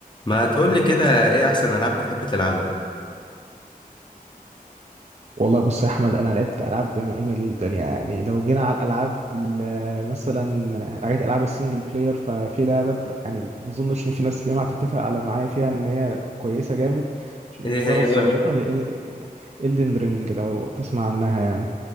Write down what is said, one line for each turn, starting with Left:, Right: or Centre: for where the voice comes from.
Left: ما تقول لي كده ايه احسن العاب بتحب تلعبها
Right: والله بص يا احمد انا لعبت العاب ياما ياما جدا يعني لو جينا على الالعاب ال- مثلا حاجات العاب السنجل بلاير ففي لعبه يعني ما اظنش ان في ناس ياما هتتفق على معايا فيها ان هي كويسه جامد مش- مجرد
Left: ايه هي
Right: صعوبتها
Left: قول لي.
Right: هي الدن رينج لو تسمع عنها يعني